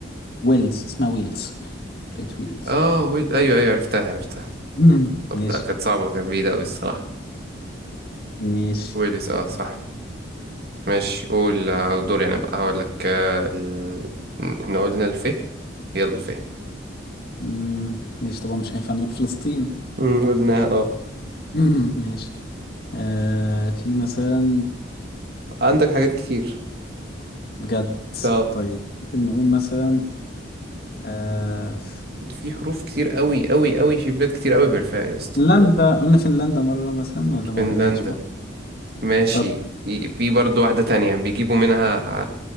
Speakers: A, on the left; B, on the right.
A: ويلز اسمها ويلز ولاية ويلز
B: اه ويل أيوه أيوه عرفتها عرفتها
A: مم.
B: طب
A: ماشي
B: لا كانت صعبة كانت بعيدة أوي الصراحة
A: ماشي
B: ويلز اه صح ماشي قول آه، دوري أنا بقى هقول لك آه ال... احنا قلنا الفه يلا فه
A: مم. ماشي طبعا مش هينفع نقول فلسطين
B: امم قلناها اه
A: <laughs> مم. ماشي آه في مثلا
B: عندك حاجات كتير
A: بجد
B: اه
A: طيب ممكن نقول مثلا آه في
B: في حروف كتير أوي أوي أوي في بلاد كتير أوي بالفاء يا اسطى
A: فنلندا قلنا فنلندا مرة مثلا ولا ما
B: فنلندا
A: قلناش مرة
B: ماشي
A: طب
B: في في برضه واحدة تانية بيجيبوا منها